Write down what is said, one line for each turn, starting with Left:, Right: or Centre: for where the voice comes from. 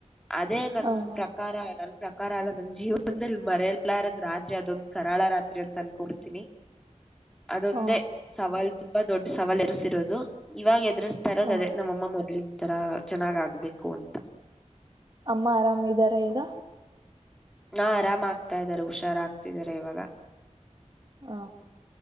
Centre: ಅದೇ ನನ್
Right: ಹ
Centre: ಪ್ರಕಾರ ನನ್ ಪ್ರಕಾರ ಅಲ್ಲ ನನ್ನ ಜೀವನದಲ್ಲಿ ಮರೆಯಲಾರದ ರಾತ್ರಿ ಅದೊಂದ ಕರಾಳ ರಾತ್ರಿ ಅಂತ ಅನ್ಕೊಡ್ತೀನಿ ಅದೊಂದೇ
Right: ಹ
Centre: ಸವಾಲ್ ತು ತುಂಬಾ ದೊಡ್ಡ ಸವಾಲು ಎರಿಸಿರೋದು ಇವಾಗ ಎದ್ ದ್ರ್ತರೋದುದೇ
Right: ಹ
Centre: ನಮ್ಮ ಅಮ್ಮ ಮೊದ್ಲಿನ್ ತರ ಚೆನ್ನಾಗ್ ಆಗ್ಬೇಕು ಅಂತ
Right: ಅಮ್ಮ ಆರಾಮ ಇದ್ದಾರ ಈಗ
Centre: ಹಾ ಆರಾಮಾಗ್ತಾ ಇದಾರೆ ಹುಷಾರಾಗ್ತಿದ್ದಾರೆ ಇವಾಗ
Right: ಹಾ